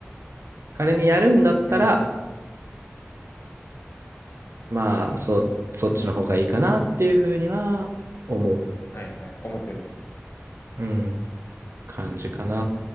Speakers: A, on the right; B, on the left.
A: 彼にやるんだったら、
B: うん。
A: まあそそっちの方がいいかなっていうふうには思う、
B: はいはい。思ってる。
A: うん、感じかな